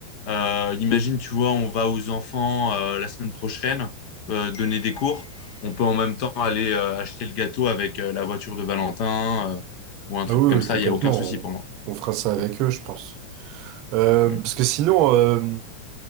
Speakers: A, on the left; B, on the right.
A: euh, imagine, tu vois, on va aux enfants euh, la semaine prochaine euh, donner des cours. On peut en même temps aller euh, acheter le gâteau avec euh, la voiture de Valentin euh, ou un truc
B: Ah oui,
A: comme ça.
B: oui, complètement.
A: Il n'y a aucun souci
B: on
A: pour moi.
B: on fera ça avec
A: Mm.
B: eux, je pense. Euh,
A: mm.
B: parce que sinon, euh,